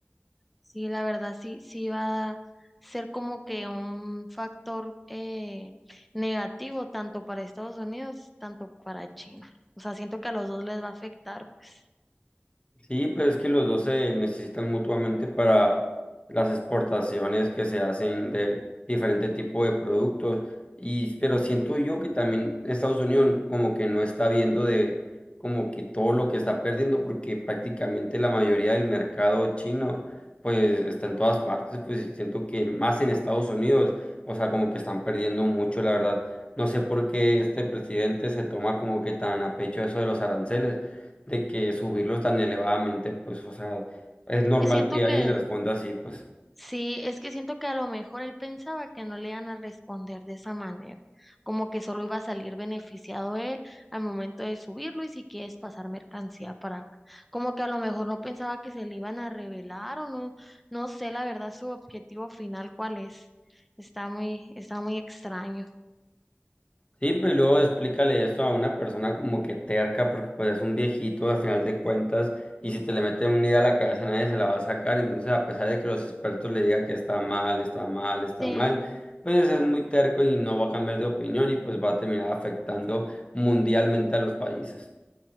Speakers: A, in the centre; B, on the left.
A: Sí, la verdad sí, sí va a ser como que un factor eh, negativo tanto para Estados Unidos, tanto para China. O sea, siento que a los dos les va a afectar, pues.
B: Sí, pues es que los dos se necesitan mutuamente para las exportaciones que se hacen de diferente tipo de productos. Y, pero siento yo que también Estados Unidos como que no está viendo de como que todo lo que está perdiendo, porque prácticamente la mayoría del mercado chino pues está en todas partes, pues y siento que más en Estados Unidos, o sea, como que están perdiendo mucho, la verdad. No sé por qué este presidente se toma como que tan a pecho eso de los aranceles de que subirlos tan elevadamente, pues, o sea, es normal
A: Y siento
B: que
A: que
B: alguien le responda así, pues.
A: Sí, es que siento que a lo mejor él pensaba que no le iban a responder de esa manera, como que solo iba a salir beneficiado él al momento de subirlo y si quieres pasar mercancía para acá, como que a lo mejor no pensaba que se le iban a revelar o no, no sé la verdad su objetivo final cuál es, está muy, está muy extraño.
B: Sí, pero y luego explícale eso a una persona como que terca, porque pues es un viejito al final de cuentas, y si te le mete una idea a la cabeza nadie se la va a sacar, entonces a pesar de que los expertos le digan que está mal, está mal, está
A: Sí.
B: mal, pues es muy terco y no va a cambiar de opinión y pues va a terminar afectando mundialmente a los países.